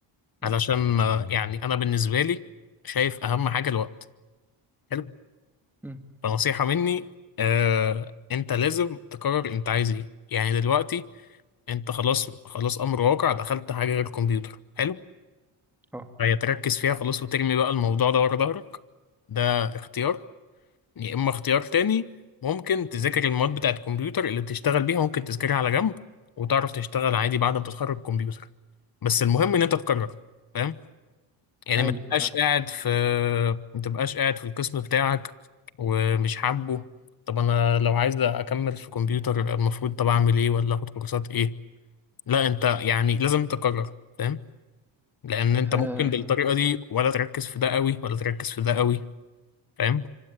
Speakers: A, in the centre; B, on the left.
A: قولي
B: علشان آه، يعني انا بالنسبه لي شايف اهم حاجه الوقت حلو
A: مم،
B: فنصيحه مني آه انت لازم تقرر انت عايز ايه يعني دلوقتي انت خلاص خلاص امر واقع دخلت حاجه غير الكمبيوتر حلو
A: اه
B: فهي تركز فيها خلاص وترمي بقى الموضوع ده ورا ظهرك ده اختيار يا اما اختيار تاني ممكن تذاكر المواد بتاعت الكمبيوتر اللي بتشتغل بيها ممكن تذاكرها على جنب وتعرف تشتغل عادي بعد ما تتخرج كمبيوتر بس المهم ان انت تقرر فاهم يعني
A: ايوه
B: ما تبقاش
A: آه
B: قاعد في ما تبقاش قاعد في القسم بتاعك ومش حابه طب انا لو عايز اكمل في كمبيوتر المفروض طب اعمل ايه ولا اخد كورسات ايه لا انت يعني لازم تقرر فاهم لان انت
A: آه،
B: ممكن بالطريقه
A: مم،
B: دي ولا تركز في ده قوي ولا تركز في ده قوي فاهم